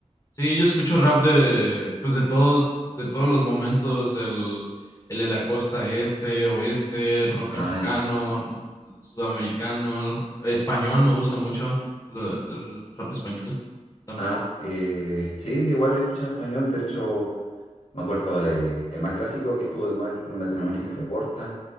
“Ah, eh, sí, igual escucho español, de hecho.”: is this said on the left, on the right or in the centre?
Left